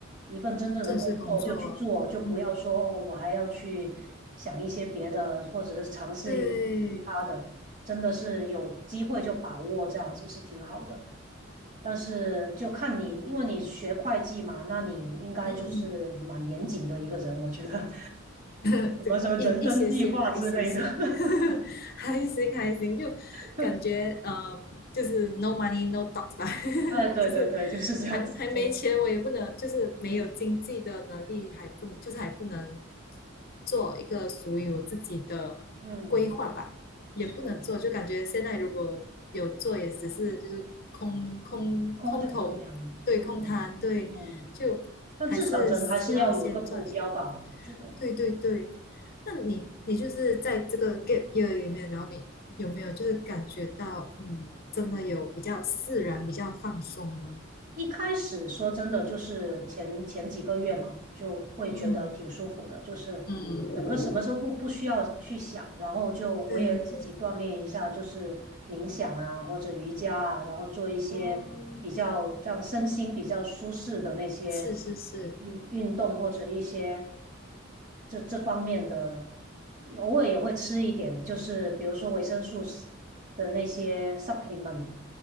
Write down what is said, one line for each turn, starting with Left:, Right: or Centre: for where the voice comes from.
Right: 一份真正的工作就去做，
Left: 正式工作，
Right: 就不要说哦，
Left: 嗯，
Right: 我还要去想一些别的，或者是尝试一些其他的，
Left: 对，
Right: 真的是有机会就把握，这样子是挺好的。但是就看你，因为你学会计嘛，那你应该就是蛮严谨的一个人，
Left: 嗯。
Right: 我觉得，<laughs>
Left: <laughs>
Right: 什么什么人生计划之类的。
Left: 对，一一些些啦，一些些，<laughs> 还行还行，就
Right: <laughs>
Left: 感觉嗯，就是 no money no talk 吧，<laughs>
Right: 哎，对对对，
Left: 就是
Right: 就是这样子，
Left: 还还没钱，
Right: 真的，
Left: 我也不能，就是没有经济的能力，
Right: 嗯
Left: 还不能，就是还不能做一个属于我自己的规划吧，
Right: 嗯，
Left: 也不能做，
Right: 是
Left: 就感觉现在如果有做，也只是就是空空空头，
Right: 空谈量，
Left: 对，
Right: 嗯嗯。
Left: 空谈，对，
Right: 嗯
Left: 就还是需要先赚钱。
Right: 但至少人还是要有一个目标吧，我觉得。
Left: 对对对，那你你就是在这个 gap year 里面，然后你有没有就是感觉到，嗯，真的有比较自然、比较放松呢？
Right: 一开始说真的，就是前前几个月嘛，就会觉得挺舒服的，
Left: 嗯
Right: 就是整个什么时候不不需要去想，
Left: 嗯
Right: 然后就我也自己锻炼一下，
Left: 对，
Right: 就是冥想啊或者瑜伽啊，然后做一些比较这样身心比较舒适的那些
Left: 哦，是是是，
Right: 运运动或者一些这这方面的，偶尔也会吃一点，就是比如说维生素的那些 supplement。